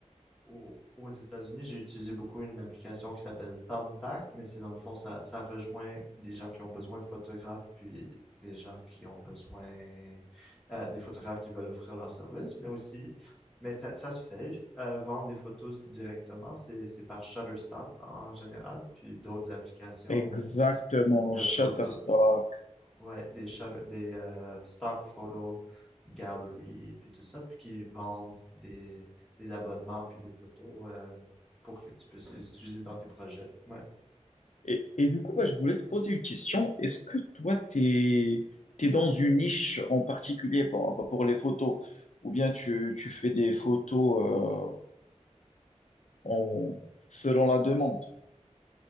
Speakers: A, in the centre; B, on the left.
A: au- aux États-Unis, j'ai utilisé beaucoup une application qui s'appelle Thumbtack, mais c'est dans le fond, ça, ça rejoint des gens qui ont besoin de photographes, puis des gens qui ont besoin euh, des photographes qui veulent offrir leur service, mais aussi, mais ça, ça se fait, euh, vendre des photos directement, c'est c'est par Shutterstock en général, puis d'autres applications
B: Exactement,
A: de, de
B: Shutterstock.
A: photos, Ouais, des, shutter- des euh, stock photo gallery, puis tout ça, puis qui vendent des, des abonnements, puis des photos euh, pour que tu puisses les utiliser dans tes projets. Ouais.
B: Et, et du coup, bah, je voulais te poser une question. Est-ce que toi, t'es, t'es dans une niche en particulier pour, bah, pour les photos, ou bien tu, tu fais des photos euh, en, selon la demande?